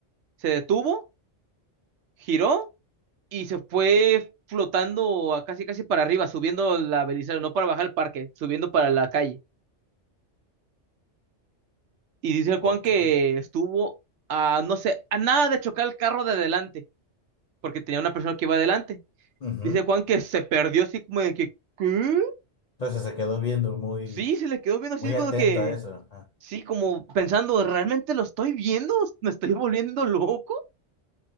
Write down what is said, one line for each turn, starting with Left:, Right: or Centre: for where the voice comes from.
Right: se detuvo, giró y se fue flotando a casi casi para arriba, subiendo la Belisario, no para bajar el parque, subiendo para la calle. Y dice Juan
Left: Ok.
Right: que estuvo a, no sé, a nada de chocar el carro de adelante, porque tenía una persona que iba adelante.
Left: Ujú.
Right: Dice Juan que se perdió así como de que, ¿qué?
Left: Entonces se quedó viendo muy,
Right: Sí, se le quedó viendo así
Left: muy
Right: como
Left: atento
Right: que,
Left: a eso. Ah,
Right: sí, como pensando, ¿realmente lo estoy viendo? ¿Me estoy volviendo loco?